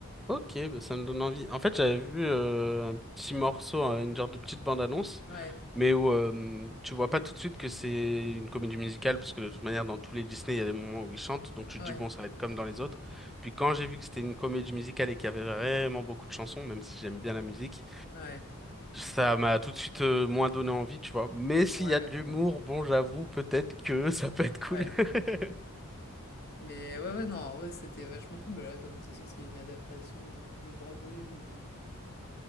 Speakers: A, in the centre; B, on the left.
A: Ok, bah, ça me donne envie. En fait, j'avais vu euh, un petit morceau, hein, une genre de petite bande-annonce,
B: Ouais,
A: mais où euh, tu vois pas tout de suite que c'est une comédie musicale, parce que de toute manière, dans tous les Disney, il y a des moments où ils chantent, donc tu
B: ouais,
A: te dis, bon, ça va être comme dans les autres. Puis quand j'ai vu que c'était une comédie musicale et qu'il y avait vraiment beaucoup de chansons, même si j'aime bien la musique,
B: ouais,
A: ça m'a tout de suite euh, moins donné envie, tu vois. Mais s'il
B: ouais,
A: y a de l'humour,
B: mais
A: bon, j'avoue, peut-être que <laughs> ça peut être cool.
B: ouais,
A: <laughs>
B: mais ouais, ouais, non, en vrai, c'était vachement cool. Bah là, comme de toute façon, c'est une adaptation euh, de Broadway ou,